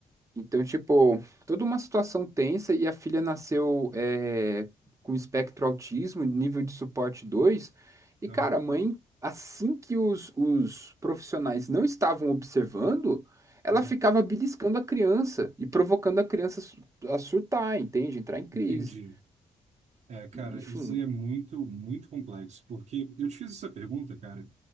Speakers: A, on the right (about 25°); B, on the right (about 65°).
A: Então, tipo, toda uma situação tensa e a filha nasceu é, com espectro autismo, nível de suporte dois E,
B: Aham,
A: cara, a mãe, assim que os, os profissionais não estavam observando, ela
B: aham.
A: ficava beliscando a criança e provocando a criança a su- a surtar, entende? Entrar em crise.
B: Entendi. É, cara,
A: Enfim,
B: isso é muito, muito complexo, porque eu te fiz essa pergunta, cara,